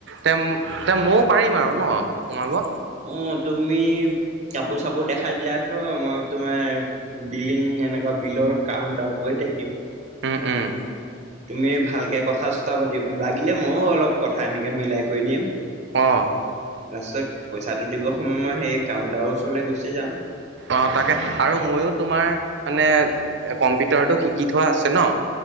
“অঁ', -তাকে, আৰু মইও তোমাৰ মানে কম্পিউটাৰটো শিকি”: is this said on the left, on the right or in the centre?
Right